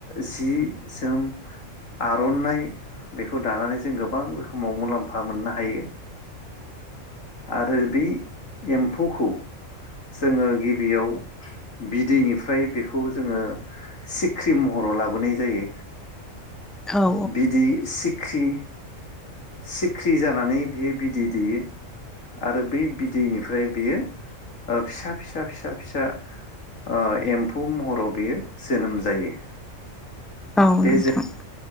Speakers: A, on the left (about 75°); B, in the centre.
A: जि जोम आर'नाइ बेखौ दानानै जों गोबां रोखोमाव मुलाम्फा मोननो हायो आरो बै एम्फौखौ जोङो गिबियाव बिदैनिफ्राय बेखौ जोङो सिख्रि महराव लाबोनाय जायो
B: औ
A: बिदि सि ख्रि सिख्रि जानानै बियो बिदै दैयो आरो बै बिदैनिफ्राय बियो फिसा फिसा फिसा फिसा ओ एम्फौ महराव बियो जोनोम जायो
B: औ
A: बे
B: नोंथां